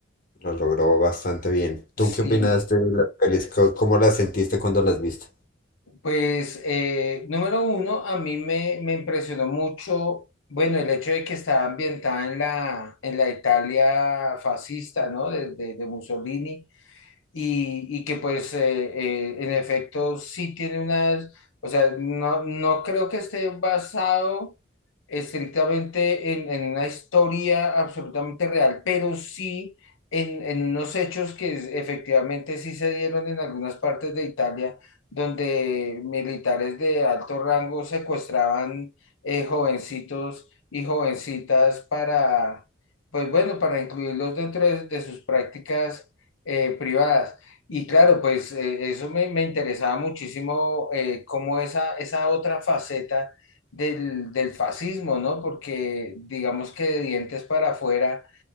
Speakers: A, on the left; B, on the left.
A: lo logró bastante bien. ¿Tú
B: sí.
A: qué opinas de las pelis? Co- ¿Cómo las sentiste cuando las viste?
B: Pues eh, número uno, a mí me, me impresionó mucho, bueno, el hecho de que estaba ambientada en la, en la Italia fascista, ¿no? De, de- de Mussolini y, y que pues eh, eh, en efecto sí tiene unas, o sea, no, no creo que esté basado estrictamente en, en una historia absolutamente real, pero sí en, en unos hechos que es- efectivamente sí se dieron en algunas partes de Italia, donde militares de alto rango secuestraban eh, jovencitos y jovencitas para, pues bueno, para incluirlos dentro de, de sus prácticas eh, privadas. Y claro, pues eh, eso me, me interesaba muchísimo, eh, cómo esa, esa otra faceta del, del fascismo, ¿no? Porque digamos que de dientes para afuera